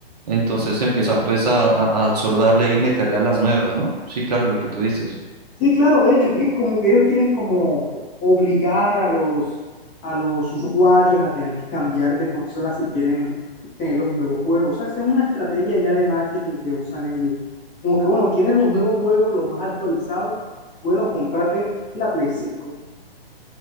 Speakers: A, on the right; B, on the left.
A: entonces empiezan pues a, a, a solo darle y meterle a las nuevas, ¿no? Sí, claro, lo que tú dices.
B: Sí, claro, de hecho, es que como que ellos quieren como obligar a los, a los usuarios a tener que cambiar de consola si quieren tener los nuevos juegos. O sea, esa es una estrategia ya de marketing que usan ellos. Como que, bueno, ¿quieres los nuevos juegos, los más actualizados? Bueno, cómprate la Play 5.